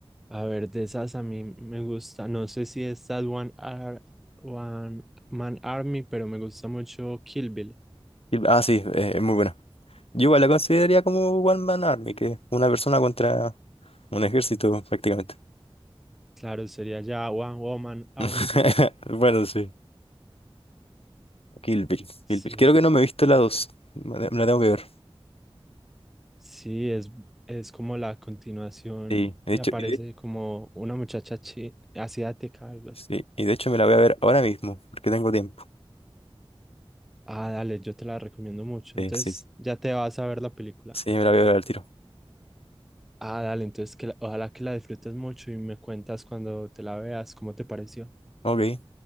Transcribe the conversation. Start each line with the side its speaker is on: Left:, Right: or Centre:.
Centre: A ver, de esas a mí me gusta. No sé si es That One, Ar- One Man Army, pero me gusta mucho Kill Bill.
Left: Y- ah, sí, eh, es muy buena. Yo igual la consideraría como One Man Army, que es una persona contra un ejército prácticamente.
Centre: Claro, sería ya One Woman Army.
Left: <laughs> Bueno, sí. Kill Bill,
Centre: Sí,
Left: Kill Bill. Creo
Centre: sí.
Left: que no me he visto la dos Me la me la tengo que ver.
Centre: Sí, es, es como la continuación
Left: Sí, de
Centre: y
Left: hecho,
Centre: aparece
Left: y de,
Centre: como una muchacha chi- asiática, algo así.
Left: sí, y de hecho me la voy a ver ahora mismo, porque tengo tiempo.
Centre: Ah, dale, yo te la recomiendo mucho.
Left: Sí,
Centre: Entonces
Left: sí,
Centre: ya te vas a ver la película.
Left: sí, me la voy a ver al tiro.
Centre: Ah, dale, entonces que la- ojalá que la disfrutes mucho y me cuentas cuando te la veas cómo te pareció.
Left: Ok.